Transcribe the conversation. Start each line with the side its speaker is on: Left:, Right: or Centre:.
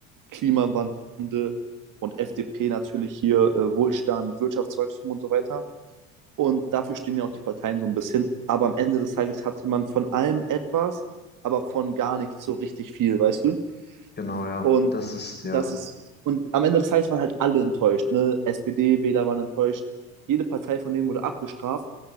Right: Klimawandel und FDP natürlich hier äh, Wohlstand, Wirtschaftswachstum und so weiter. Und dafür stehen ja auch die Parteien so ein bisschen. Aber am Ende des Tages hatte man von allem etwas, aber von gar nichts so richtig viel, weißt du?
Left: genau, ja,
Right: Und
Left: das ist ja,
Right: das ist, und am Ende des Tages waren halt alle enttäuscht. Ne? SPD-Wähler waren enttäuscht. Jede Partei von denen wurde abgestraft,